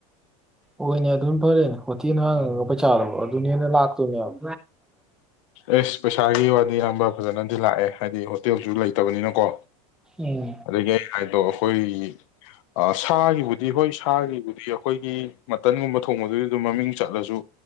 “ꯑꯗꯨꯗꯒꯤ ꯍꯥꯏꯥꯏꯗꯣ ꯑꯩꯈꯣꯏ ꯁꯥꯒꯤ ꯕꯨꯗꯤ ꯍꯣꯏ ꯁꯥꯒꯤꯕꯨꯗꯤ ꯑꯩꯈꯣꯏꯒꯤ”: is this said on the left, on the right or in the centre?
Left